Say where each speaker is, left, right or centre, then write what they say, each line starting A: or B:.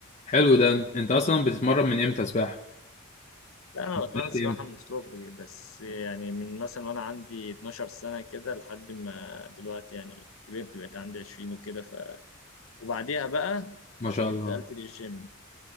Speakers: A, on the left (about 35°); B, on the left (about 85°).
A: حلو ده انت اصلا بتتمرن من امتى سباحة
B: لا انا
A: بدأت
B: بتمرن سباحه
A: امتى
B: من صغري بس يعني من مثلا وانا عندي 12 سنه كده لحد ما دلوقتي يعني كبرت بقيت عندي 20 وكده ف وبعديها بقى
A: ما شاء
B: انتقلت
A: الله
B: للجيم